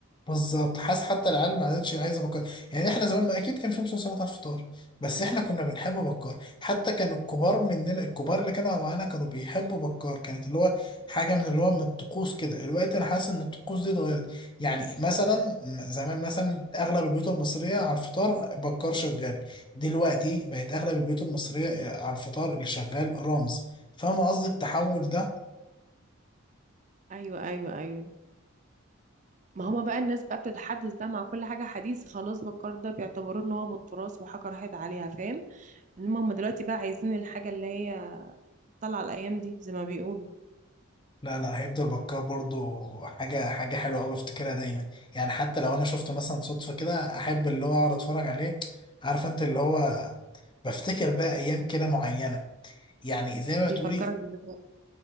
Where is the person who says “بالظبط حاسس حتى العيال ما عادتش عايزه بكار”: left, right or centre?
Left